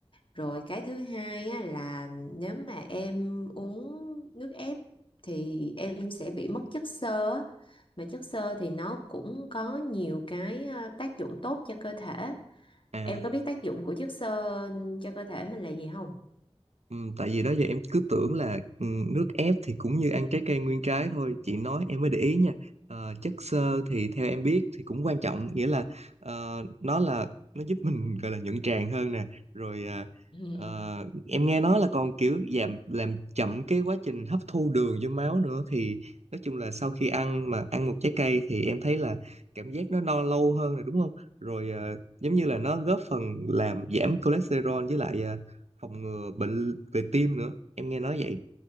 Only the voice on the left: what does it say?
rồi cái thứ hai á, là nếu mà em uống nước ép thì em sẽ bị mất chất xơ á. mà chất xơ thì nó cũng có nhiều cái à, tác dụng tốt cho cơ thể
em có biết tác dụng của chất xơ cho cơ thể mình là gì không
Ừ.